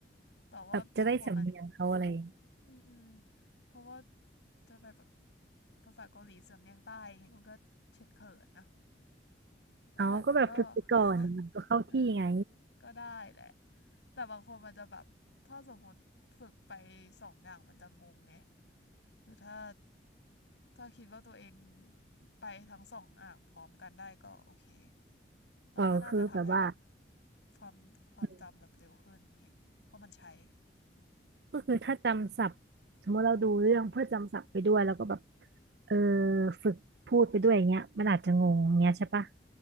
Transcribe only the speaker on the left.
แต่ว่าบางคนมัน
อืมอืมเพราะว่าจะไปแบบภาษาเกาหลีสำเนียงใต้ไงมันก็เฉินเขินนะนั่นแหละแต่ก็
<laughs> ก็ได้แหละ แต่บางคนมันจะแบบ ถ้าสมมติฝึกไปสองอย่างมันจะงงไง คือถ้าถ้าคิดว่าตัวเองไปทั้งสองอย่างพร้อมกันได้ก็โอเคมันก็น่าจะทำให้แบบ
ความความจำแบบเร็วขึ้นไงเพราะมันใช้
อื
อืม